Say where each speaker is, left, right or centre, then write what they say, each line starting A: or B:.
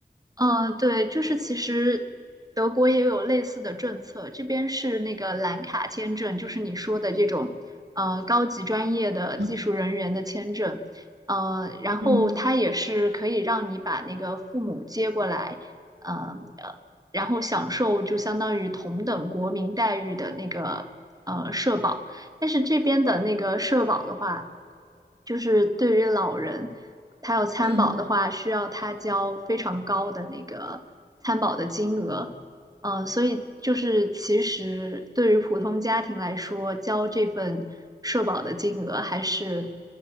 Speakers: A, on the right; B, on the right.
A: 嗯，对，就是其实德国也有类似的政策，这边是那个蓝卡签证，就是你说的这种，呃，高级专业的技术人员的签证，
B: 嗯
A: 呃，然后它也是可以让你把那个父母接过来，
B: 嗯
A: 嗯，呃，然后享受就相当于同等国民待遇的那个呃社保，但是这边的那个社保的话，就是对于老人。他要参保的话，
B: 嗯，
A: 需要他交非常高的那个参保的金额。呃，所以就是其实对于普通家庭来说，交这份社保的金额还是，